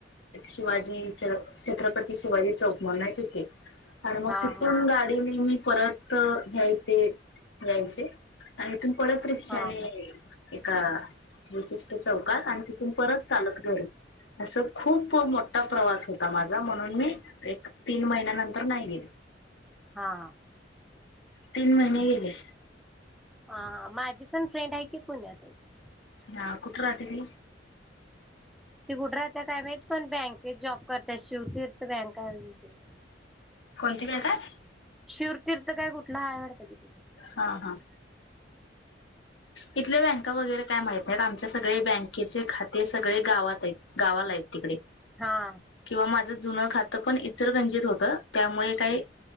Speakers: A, on the left; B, in the centre.
A: शिवाजी च छत्रपती शिवाजी चौक म्हणून हाय तिथे आणि मग
B: हा
A: तिथून
B: हा
A: गाडीने मी परत घ्यायचे यायचे. आणि इथून परत रिक्षाने
B: हा हा
A: एका विशिष्ट चौकात आणि तिथून परत चालत घरी असं खूप मोठा प्रवास होता माझा म्हणून मी एक तीन महिन्यानंतर नाही गेले
B: हा
A: तीन महिने गेले.
B: हा हा माझी पण फ्रेंड आहे की पुण्यातच.
A: हा कुठं राहते ती?
B: ती कुठे राहते काय माहित पण बँकेत जॉब करत्या शिवतीर्थ बँक हाय तिथं
A: कोणती बँक हाय?
B: शिवतीर्थ काय कुठलं हाय वाटतं की तिथं
A: हा हा इथल्या बँका वगैरे काय माहित नाहीत आमच्या सगळे बँकेचे खाते सगळे गावात आहेत गावाला आहेत तिकडे
B: हा
A: किंवा माझं जुनं खातं पण इचलकरंजीत होतं त्यामुळे काही